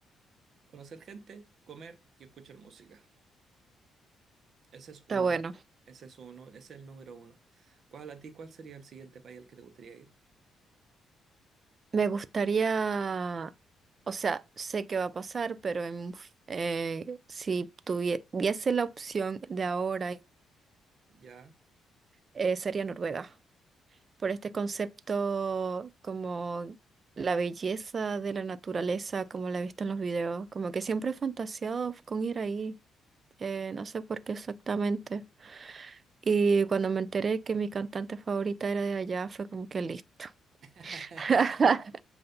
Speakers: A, on the right (about 60°); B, on the right (about 40°).
A: Conocer gente, comer y escuchar música. Ese es
B: Está
A: uno.
B: bueno.
A: Ese es uno, ese es el número uno. ¿Cuál a ti, cuál sería el siguiente país al que te gustaría ir?
B: Me gustaría, o sea, sé que va a pasar, pero en- eh, si tuviese la opción de ahora,
A: Ya.
B: eh, sería Noruega. por este concepto como la belleza de la naturaleza, como la he visto en los videos, como que siempre he fantaseado con ir ahí, eh, no sé por qué exactamente. Y cuando me enteré que mi cantante favorita era de allá, fue como que listo.
A: <laughs>
B: <laughs>